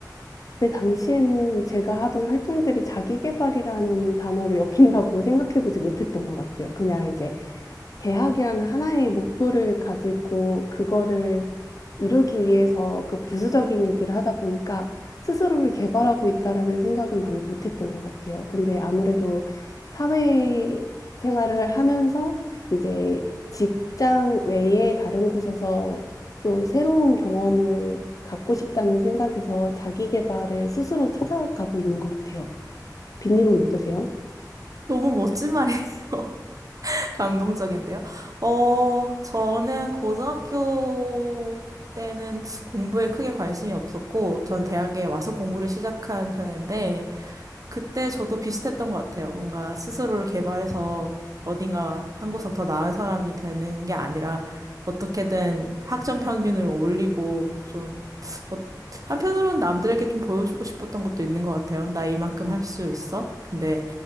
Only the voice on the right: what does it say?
너무 멋진 말이에요. <laughs> 감동적인데요. 어, 저는 고등학교 때는 공부에 크게 관심이 없었고, 전 대학에 와서 공부를 시작한 편인데, 그때 저도 비슷했던 것 같아요. 뭔가 스스로를 개발해서 어딘가 한 구석 더 나은 사람이 되는 게 아니라 어떻게든 학점 평균을 올리고 좀 어, 한편으로는 남들에게 좀 보여주고 싶었던 것도 있는 것 같아요. 나 이만큼 할 수 있어? 근데